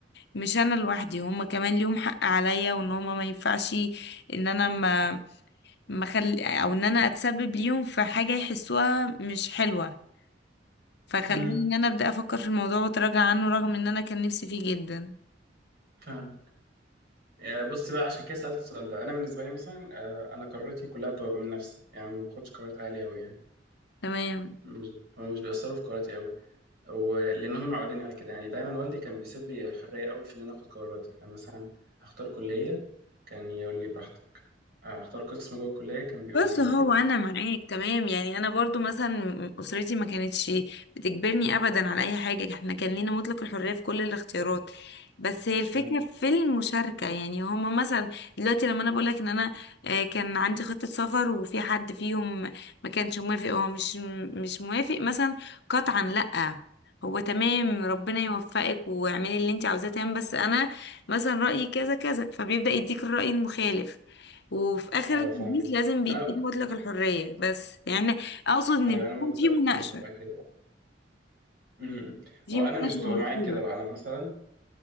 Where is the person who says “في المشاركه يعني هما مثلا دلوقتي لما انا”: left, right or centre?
Left